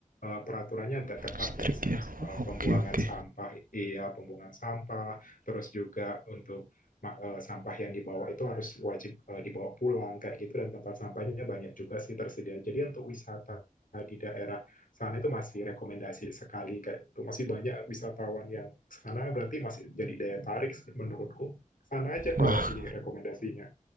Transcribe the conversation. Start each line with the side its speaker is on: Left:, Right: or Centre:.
Left: eh, peraturannya agak ketat
Right: listrik
Left: ya di sana
Right: ya.
Left: soal
Right: Oke,
Left: pembuangan
Right: oke.
Left: sampah, iya pembuangan sampah, terus juga untuk ma- eh, sampah yang dibawa itu harus wajib eh, dibawa pulang kayak gitu dan tempat sampahnya banyak juga sih tersedia. Jadi untuk wisata di daerah sana itu masih rekomendasi sekali kayak itu masih banyak wisatawan yang sana berarti masih jadi daya tarik menurutku sana aja
Right: Wah,
Left: kalau ini rekomendasinya